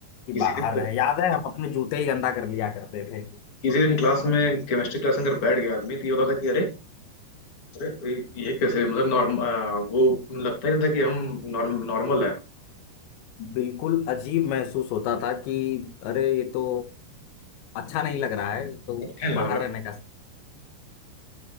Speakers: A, on the left (about 85°); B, on the left (about 35°).
A: कि
B: किसी
A: बाहर
B: दिन
A: रहे
B: तो,
A: याद है हम अपने जूते ही गंदा कर लिया करते थे
B: किसी दिन क्लास में केमिस्ट्री क्लास में अगर बैठ गया आदमी तो ये होता था कि अरे अरे ये ये कैसे मतलब नॉर्म वो लगता ही नहीं था कि हम नॉर्म नॉर्मल है
A: बिल्कुल अजीब महसूस होता था कि अरे ये तो अच्छा नहीं लग रहा है तो
B: अच्छा नहीं
A: बाहर
B: लग
A: रहने का